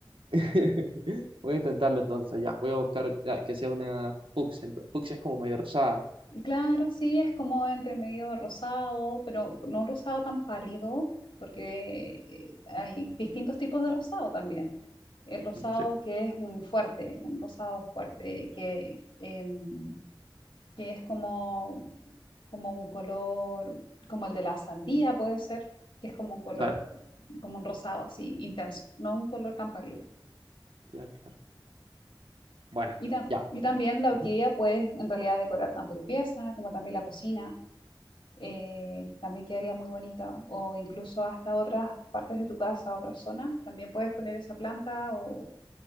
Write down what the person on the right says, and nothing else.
<laughs> Voy a intentarlo entonces, ya. Voy a buscar ya, que sea una fucsia. ento- fucsia es como medio rosada, ¿no?
Mm, Sí,
claro,
claro, claro. Bueno,
ya.
Ujú, En